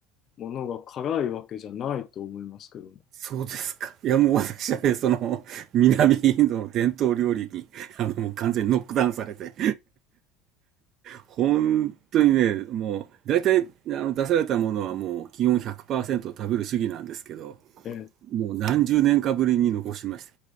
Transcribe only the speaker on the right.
そうですか。いやもう私はね、その南インドの伝統料理にあのもう完全にノックダウンされて。本当にね、もう、大体、あの、出されたものはもう、基本100%食べる主義なんですけど、
もう何十年かぶりに残しました。